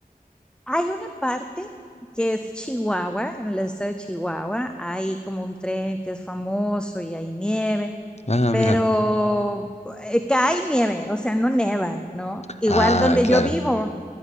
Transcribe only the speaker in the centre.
hay una parte que es Chihuahua, en el estado de Chihuahua, hay como un tren que es famoso y hay nieve
pero
eh, cae nieve, o sea, no neva, ¿no? Igual
donde
yo vivo,